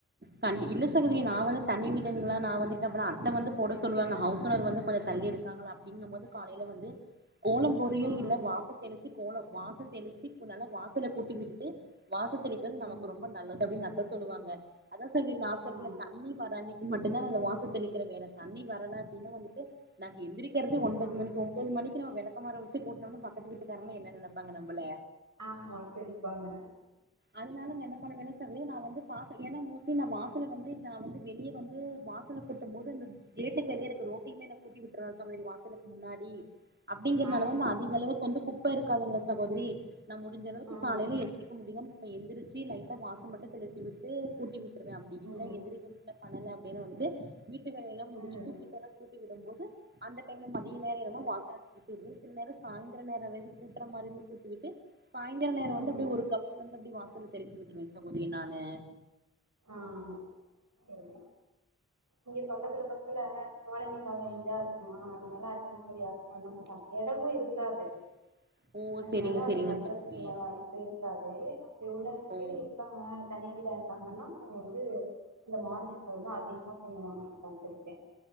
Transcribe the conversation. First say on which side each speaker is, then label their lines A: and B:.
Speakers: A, on the right; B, on the right.
A: கண்டி இல்ல சகோதரி நான் வந்து தனி வீடுன்லாம் நான் வந்து அப்பலாம் அத்த போட சொல்லுவாங்க ஹவுஸ் ஓனர் வந்து கொஞ்ச தள்ளி இருக்காங்களா அப்டிங்கும் போது காலைல வந்து கோலம் போட்றியோ
B: ஆ
A: இல்ல வாச தெளிச்சி கோலோ வாச தெளிச்சு கொ நல்லா வாசல கூட்டி விட்டுட்டு வாச தெளிக்றது நமக்கு
B: ம்
A: ரொம்ப நல்லது அப்டின்னு எங்க அத்த சொல்லுவாங்க அதா சகோதரி நா சொல்ற
B: ஆ
A: தண்ணி வர அன்னைக் கி மட்டும்தா இந்த வாச தெளிக்கிற வேல தண்ணி வரல அப்டின்னா வந்துட்டு நாங்க எந்திரிக் கிறது ஒன்பது
B: ஆ
A: மணிக்கு ஒம்போது மணிக்கு நம்ம வெளக்கமார வச்சு கூட்னம்னா பக்கத்து வீட்டுக்காரங்க என்ன நெனப்பாங்க நம்பள
B: ஆமா சிரிப்பாங்க
A: அதனால நா என்னப் பண்ணுவேன்னா சகோதரி நா வந்து பாக்க ஏன்னா மோஸ்ட்லி நா வாசல வந்து நா வந்து வெளிய வந்து வாசல கூட்டும் போது அந்த கேட்டுக்கு வெளிய இருக்க ரோட்டையுமே நா கூட்டி விட்ருவே சகோதரி வாசலுக்கு முன்னாடி அப்டிங்றனால
B: ஆ
A: வந்து அதிக அளவுக்கு வந்து குப்ப இருக்காதுங்க சகோதரி நா முடிஞ்ச அளவுக்கு
B: ஆ ம்
A: காலைல எந்திரிக்க முடியுதானு இப்ப எந்திரிச்சு லைட்டா வாசல் மட்டு தெளிச்சு விட்டு கூட்டி விட் ருவே அப்டி இல்ல
B: ம்
A: எந்திரிக்க முடில பண்ணல அப்டினா வந்துட்டு வீட்டு வேல எல்லா முடிச்சுட்டு
B: ம்
A: வீட்டெல்லா கூட் டி விடும்போது அந்த டைம்ல மதிய நேரமோ வாசல கூட்டி விட்டு சில நேரோ சாய்ந்தர நேரோ ஏதாச்சி கூட்ற மாரி இருந்து கூட்டிவிட்டு சாய்ங்கால நேரோ வந்து
B: ம்
A: அப்டியே ஒரு கப் அப்டி வாசல தெளிச்சு விட்ருவே சகோதரி நானு
B: ஆமா செரி இங்க பக்கத்துல பக் கத்துல காலனி காலனி வீடா இருக்குமா அதுனால அதிகமா இது யாரு பண்ண மாட்டாங்க எடமு இருக்காது
A: <inaudible>
B: அதனால
A: செரிங்க
B: அது
A: செரிங்க
B: பண்றதுக்கு
A: சகோதரி
B: தகுந்த மாரி இருக்காது அப்டி ஒன்னு ரெண்டு
A: ஓ
B: வீடு இருக்காங்க தனி வீடா இருக்காங்கன்னா அவங்க வந்து இந்த மார்கழிம் போது அதிகோ பண்ணுவாங்க நா பாத்துருக்கே